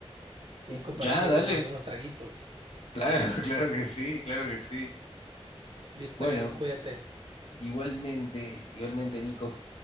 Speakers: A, on the right; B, on the left.
A: y
B: ya,
A: ahí compartir
B: dale,
A: unos, unos traguitos?
B: claro, <laughs> claro que sí, claro que sí.
A: Listo,
B: Bueno,
A: Adrián, cuídate.
B: igualmente, igualmente, Nico.